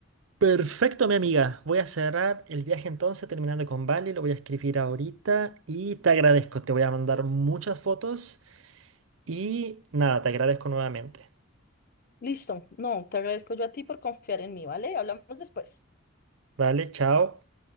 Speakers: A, on the right (about 70°); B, on the left (about 45°).
A: Perfecto, mi amiga. Voy a cerrar el viaje entonces, terminando con Bali, lo voy a escribir ahorita y te agradezco. Te voy a mandar muchas fotos y nada, te agradezco nuevamente.
B: Listo, no, te agradezco yo a ti por confiar en mí, ¿vale? Hablamos después.
A: Vale, chao.